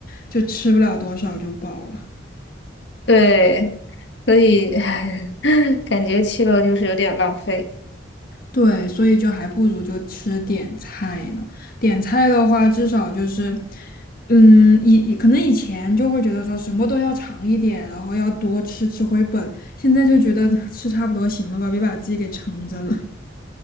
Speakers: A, on the left; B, on the left.
A: 就吃不了多少就饱了。
B: 对，所以 <laughs> 感觉去了就是有点浪费。
A: 对，所以就还不如就吃点菜呢。点菜的话，至少就是，嗯，以以可能以前就会觉得说什么都要尝一点，然后要多吃吃回本，现在就觉得 <laughs> 吃差不多行了吧，别把自己给撑着了。